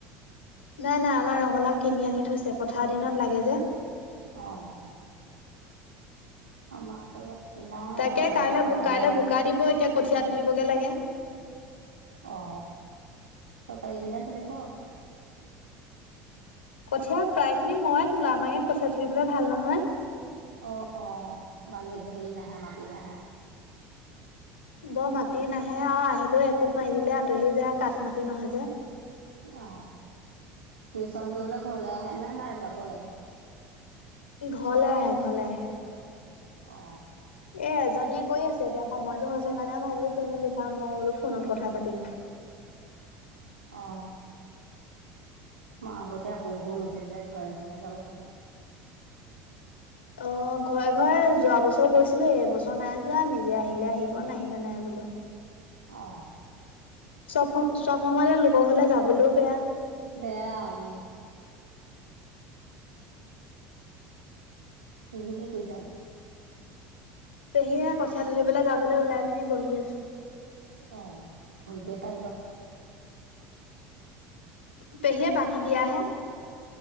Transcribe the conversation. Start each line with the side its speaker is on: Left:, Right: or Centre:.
Left: নাই নাই আমাৰ ৰঙালাও কিনি আনি থৈছে পথাৰ দিনত লাগে যে
Right: অ আমাৰ আকৌ ইয়াত কিনা
Left: তাকে
Right: ৰঙালাও
Left: কাইলৈ
Right: এইবাৰ কাও
Left: কাইলৈ
Right: লাগিলে
Left: বোকা দিব এতিয়া কঠিয়া তুলিবগে লাগে।
Right: অ তই পৰিবি নে তোলিব?
Left: কঠিয়া প্ৰায় খিনি ময়ে তোলো আমাৰ ইয়াত কঠিয়া তুলিবলৈ ভাল নহয়।
Right: অ অ বালি হেৰি নাহে মাটি নাহে।
Left: বৰ মাটি নাহে আৰু আহিলেও একোব মাৰি দিলে আঁতৰি যায় কাঠ মাতি নহয় যে।
Right: অ টিউচন কৰিবলৈ ঘৰলে আহে নে নাই যাব লাগে?
Left: ঘৰলৈ আহে, ঘৰলৈ আহে।
Right: অ।
Left: এ এজনীয়ে কৈ আছে এতিয়া সময়তো হৈছে কাৰণে মই বোলো তুমি লিখা মই বোলো ফোনত কথা পাতিলো।
Right: অ মই আগতয়া সৰু সৰু লৈছো যে ঘৰে ঘৰে যাব লাগে।
Left: অ ঘৰে ঘৰে যোৱা বছৰ গৈছিলো এইবছৰ নাই যোৱা নিজে আহিলে আহিব নাহিলে নাই বোলো।
Right: অ।
Left: চব সম চব সময় লোকক ঘৰলে যাবলৈও বেয়া।
Right: বেয়া উম। পেহী কি কৰিছে?
Left: পেহীয়ে কঠিয়াত তৰিবেললৈ যাবলৈ ওলাই মিনি বহি আছে।
Right: অ ভূৰিতে পাৰিব
Left: পেহীয়ে বান্ধি দিয়াহে,